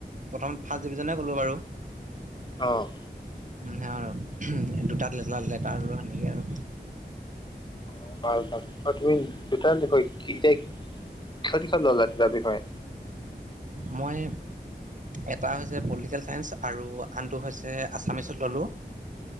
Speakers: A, on the right; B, on the left.
A: প্ৰথম ফাৰ্ষ্ট ডিভিজনেই গ'লোঁ বাৰু।
B: অ'।
A: উম, হেৰ' দুটাত লেটাৰ লেটাৰলো সেনেকে আৰু।
B: অ' ভাল ভাল আৰু তুমি দুটাৰ বিষয় এতিয়া, কিহঁত কিহঁত ল'লা দুটা বিষয়?
A: মই এটা হৈছে পলিটিকেল চাইন্স আৰু আনটো হৈছে আছামিছত ল'লোঁ।